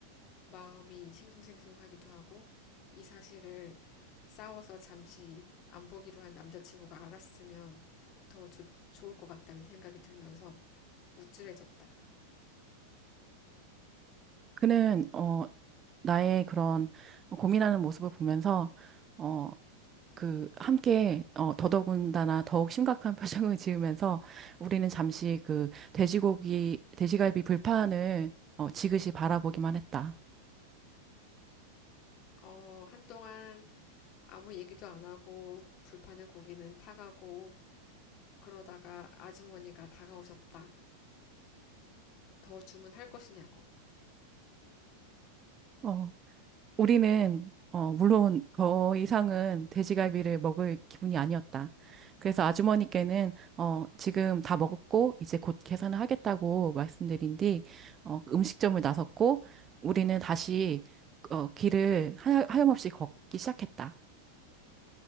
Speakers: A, on the left (about 40°); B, on the right (about 25°).
A: 마음이 싱숭생숭하기도 하고 이 사실을 싸워서 잠시 안 보기로 한 남자친구가 알았으면 더 좋- 좋을 것 같다는 생각이 들면서 우쭐해졌다.
B: 그는, 어, 나의 그런 고민하는 모습을 보면서, 어, 그, 함께, 어, 더더군다나 더욱 심각한 <laughs> 표정을 지으면서 우리는 잠시 그 돼지고기, 돼지갈비 불판을, 어, 지그시 바라보기만 했다.
A: 어, 한동안 아무 얘기도 안 하고 불판의 고기는 타가고 그러다가 아주머니가 다가오셨다. 더 주문할 것이냐고.
B: 어, 우리는 어, 물론 더 이상은 돼지갈비를 먹을 기분이 아니었다. 그래서 아주머니께는 어, 지금 다 먹었고 이제 곧 계산을 하겠다고 말씀드린 뒤 어, 음식점을 나섰고 우리는 다시 어, 길을 하여, 하염없이 걷기 시작했다.